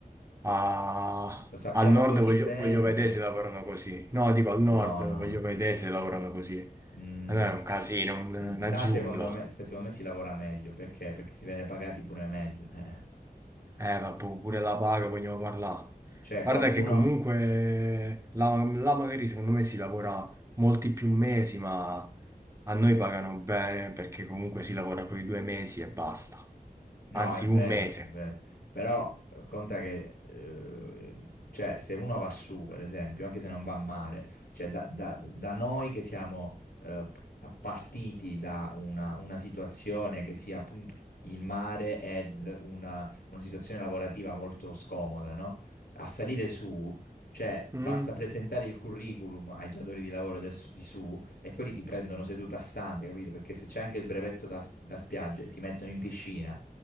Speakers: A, on the right; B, on the left.
A: a-
B: Lo sappiamo
A: al nord
B: così
A: voglio,
B: bene,
A: voglio vedere
B: eh.
A: se lavorano così. No, dico al nord
B: No, no,
A: voglio
B: no.
A: vedere se lavorano così. Eh,
B: Mm,
A: No, è un casino, un-
B: mm,
A: una
B: là
A: giungla.
B: secondo me, se- secondo me si lavora meglio, perché? Perché si viene pagati pure meglio. eh.
A: Eh, vabbè, pure la paga vogliamo parlare.
B: Cioè
A: Guarda
B: qualcuno
A: che comunque là, là magari secondo me si lavora molti più mesi, ma a noi pagano bene perché comunque si lavora quei due mesi e basta.
B: No,
A: Anzi,
B: è vero,
A: un mese.
B: è vero. Però eh, conta che, eh, cioè, se uno va su, per esempio, anche se non va a mare, cioè da, da- da noi che siamo eh, p- partiti da una, una situazione che sia appunto il mare ed una, una situazione lavorativa molto scomoda, no? A salire su, cioè, basta
A: Mm?
B: presentare il curriculum ai datori di lavoro del s- di su e quelli ti prendono seduta stante, capito? Perché se c'è anche il brevetto da, s- da spiaggia e ti mettono in piscina